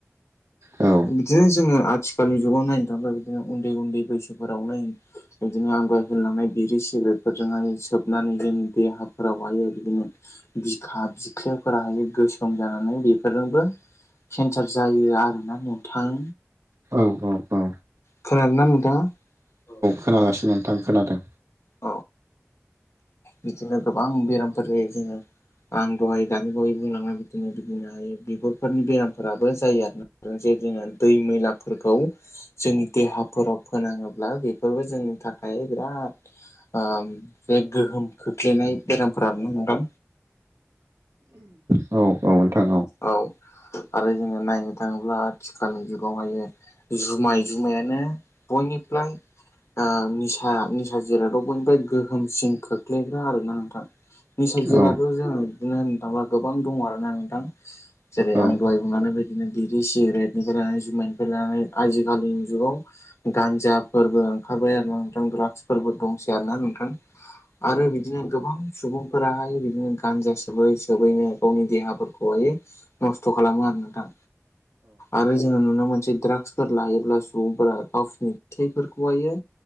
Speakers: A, on the right; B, on the left.
A: औ
B: बिदिनो जोङो आथिखालनि जुगाव नायनो थाङोबा बिदिनो उन्दै उन्दै बैसोफोरावनो बिदिनो आं <unintelligible> लांनाय बिरि सिगारेटफोरजोंहाय सोबनानै जोंनि देहाफोरावहाय आरो बिदिनो बिखा खा बिख्लोफोरा हायो गोसोम जानानै बेफोरजोंबो केन्सार जायो आरोना नोंथां
A: औ औ औ
B: खोनादोंना नोंथाङा? औ
A: खोनागासिनो नोंथां खोनादों
B: औ बिदिनो गोबां बेरामफोर जायो जोंङो आं दहाय दानि बावै बुंलांनाय बिदिनो बिदिनो हायो बिगुरफोरनि बेरामफोराबो जायो आरोना जेरै जोङो दै मैलाफोरखौ जोंनि देहाफोराव फोनाङोब्ला बेफोरबो जोंनि थाखाय बिराद ओ बे गोहोम खोख्लैनाय बेरामफोराबो ना नोंथां?
A: औ औ नोंथां
B: औ आरो जोङो नायनो थाङोब्ला आथिखालनि जुगावहायो जुमाय जुमायानो बयनिफ्राय ओ निसा निसा जिरादाव बयनिफ्राय गोहोमसिन खोख्लैग्रा आरोना नोंथां निसा जिराथ
A: औ
B: जोंङो बिदिनो होन्नो थांङोबा गोबां दङ आरोना नोंथां जेरै
A: औ
B: आं
A: औ
B: दहाय बुंलांनाय बायदिनो बिरि सिगारेटनिफ्राय जुमायनिफ्राय लानानै आजिखालिनि जुगाव गान्जाफोरबो ओंखारबाय आरो ना नोंथां द्राग्सफोरबो दंसै आरोना नोंथां आरो बिदिनो गोबां सुबुंफोराहाय बिदिनो गान्जा सोबै सोबैनो गावनि देहाफोर खौहायो नस्थ खालामो आरो नोंथां आरो जोङो नुनो मोनसै द्राग्सफोर लायोब्ला सुबुंफोरा गावसोरनि थैफोरखौहायो